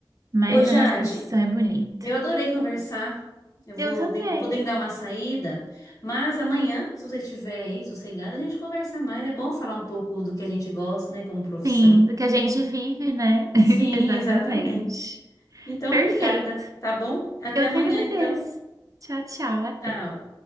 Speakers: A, on the right; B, on the left.
A: Mas
B: Ô, Jade,
A: a nossa profissão é bonita.
B: eu adorei conversar. Eu
A: Eu
B: vou,
A: também.
B: den- vou dar uma saída, mas amanhã, se você estiver aí sossegada, a gente conversa mais. É bom falar um pouco do que a gente gosta, né, como profissão.
A: Sim, do que a gente vive, né?
B: Sim,
A: <laughs> Exatamente.
B: exatamente. Então,
A: Perfeito.
B: obrigada, tá bom? Até
A: Eu
B: amanhã,
A: que agradeço.
B: então.
A: Tchau, tchau, até.
B: Tchau.